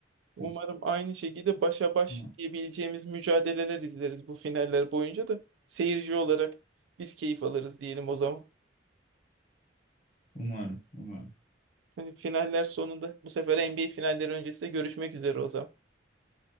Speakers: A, on the right; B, on the left.
A: Umarım
B: Güz-
A: aynı şekilde başa baş
B: ama
A: diyebileceğimiz mücadeleler izleriz bu finaller boyunca da seyirci olarak biz keyif alırız diyelim o zaman.
B: Umarım, umarım.
A: Hani finaller sonunda bu sefer NBA finalleri öncesinde görüşmek üzere o zaman.